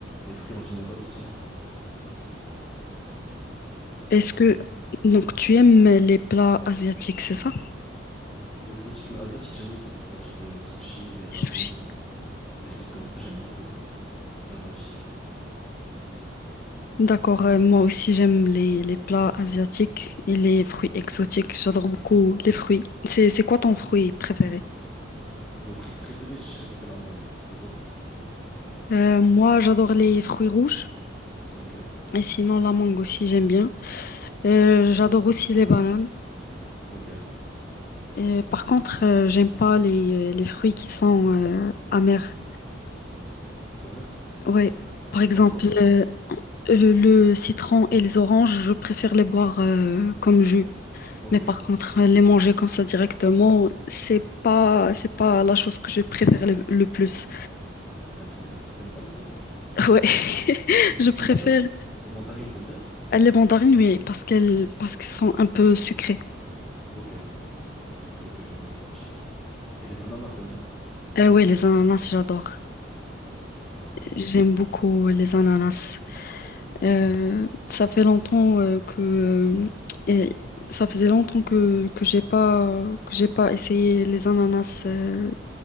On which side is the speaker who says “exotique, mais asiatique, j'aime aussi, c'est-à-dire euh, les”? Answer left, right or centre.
Centre